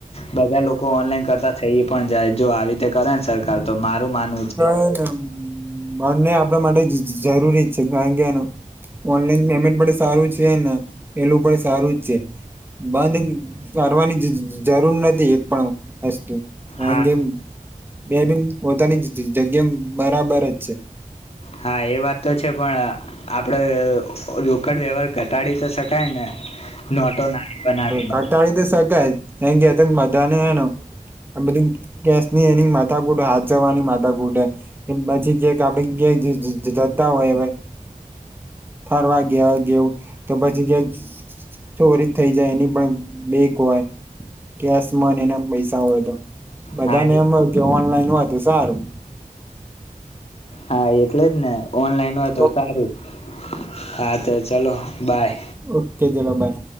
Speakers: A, on the left; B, on the right.
A: બધા લોકો ઓનલાઈન કરતા થઈ પણ જાય જો આવી રીતે કરે ને સરકાર તો મારું માનવું છે.
B: <unintelligible> બંને આપડા માટે જરૂરી છે કારણકે એનું ઓનલાઈન પેમેન્ટ પણ સારું છે ને પેલું પણ સારું જ છે. બંધ કરવાની જરૂર નથી એક પણ વસ્તુ. કારણ
A: હા
B: કે બે <unintelligible> પોતાની જગ્યા બરાબર જ છે.
A: હા એ વાત તો છે પણ આ આપડે રોકડ વ્યવહાર ઘટાડી તો શકાય ને? નોટો નાની બનાવીને
B: ઘટાળી તો શકાય કારણ કે આ તો બધાને એવું. આ બધી કેસ ની એની માથાકૂટ હાચવવાની માથાકૂટેે. એ પછી જે આપડે કે જ જતા હોય હવે ફરવા ગયા ગયો તો પછી જે ચોરી થઈ જાય એની પણ બીક હોય. કેશમાં ને એને પૈસા હોય તો બધા
A: હા
B: ને એમ હોય કે ઓનલાઈન હોય તો સારું.
A: હા એટલે જ ને ઓનલાઈન હોય તો
B: ઓકે
A: સારું હા તો ચલો બાય.
B: ઓકે ચલો બાય.